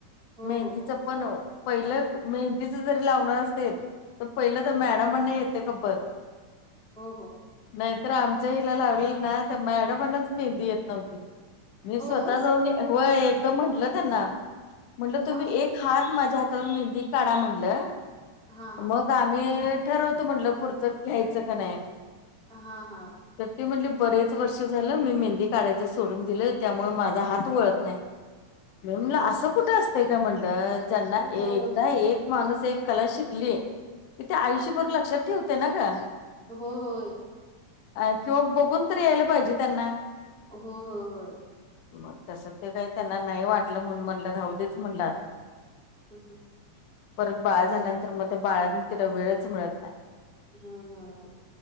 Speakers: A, in the centre; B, on the left.
A: हो
B: मेहंदीच
A: हो
B: पण. पहिलंच मेहंदीच जरी लावणार असेल. तर पहिलं तर मॅडम म्हणणे येते खबर.
A: हो हो.
B: नाहीतर आमच्या हिला लावलेलं नाही तर मॅडमनच भेंदी येत नव्हती. मी स्वतः
A: हो
B: जाऊन होय एकदम म्हंटलं त्यांना, म्हटलं तुम्ही
A: मग
B: एक हात माझ्या हात. तर मेहंदी काढा म्हटलं
A: हा हा
B: मग आम्ही. ठरवत म्हटलं पुरचं घ्यायचं का नाही.
A: हा हा.
B: तर ते म्हणले बरेच वर्ष झालं मी मेहंदी काढायचं सोडून दिलं, त्यामुळे माझा हात वळत नाही. मला असं कुठे असतंय का म्हणलं. ज्यांना
A: हो
B: एकदा
A: हो
B: एक माणूस एक कला शिकली, की ते आयुष्यभर लक्षात ठेवते ना का.
A: हो होय.
B: अ किंवा बघून तरी यायला पाहिजे त्यांना.
A: हो हो होय.
B: मग तस ते काही त्यांना नाही वाटलं म्हणून म्हणलं राह देच म्हणलं आता.
A: अच <unintelligible>
B: परत बाळ झाल्यानंतर, मग त्या बाळांनी तिला वेळच मिळत नाही.
A: हम्म हम्म